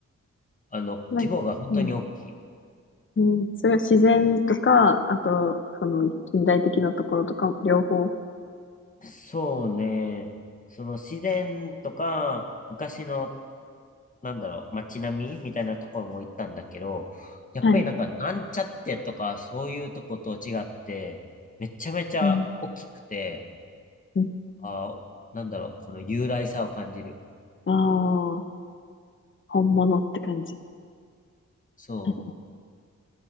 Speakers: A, on the left (about 25°); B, on the left (about 40°).
A: あの、
B: なうん。
A: 規模が本当に大きい。
B: うん、それは自然とか、あと、その近代的なところとか、両方。
A: そうね。その自然とか、昔の、なんだろう、街並みみたいなところも行ったんだけど、やっぱりなんか、
B: はい。
A: なんちゃってとか、そういうとこと違って、めちゃめちゃ大きくて、
B: うん。うん
A: あー、なんだろう、この雄大さを感じる。
B: ああー、本物って感じ。
A: そう。
B: <laughs>